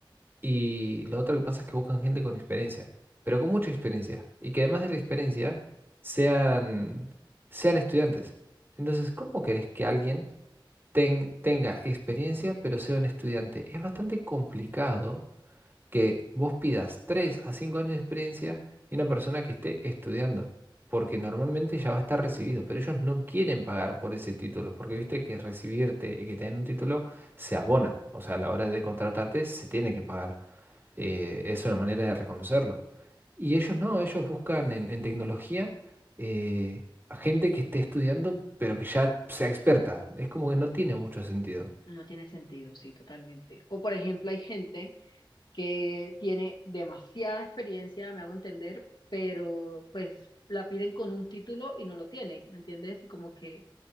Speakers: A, on the right (about 25°); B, on the left (about 60°).
A: Y lo otro que pasa es que buscan gente con experiencia, pero con mucha experiencia. Y que además de la experiencia sean, sean estudiantes. Entonces, ¿cómo querés que alguien ten- tenga experiencia pero sea un estudiante? Es bastante complicado que vos pidas 3 a 5 años de experiencia y una persona que esté estudiando, porque normalmente ya va a estar recibido, pero ellos no quieren pagar por ese título, porque viste que recibirte y que te den un título se abona, o sea, a la hora de contratarte se tiene que pagar, eh, es una manera de reconocerlo. Y ellos no, ellos buscan en, en tecnología eh, a gente que esté estudiando, pero que ya sea experta, es como que no tiene mucho sentido.
B: No tiene sentido, sí, totalmente. O por ejemplo, hay gente que tiene demasiada experiencia, me hago entender, pero pues la piden con un título y no lo tienen, ¿me entiendes? Y como que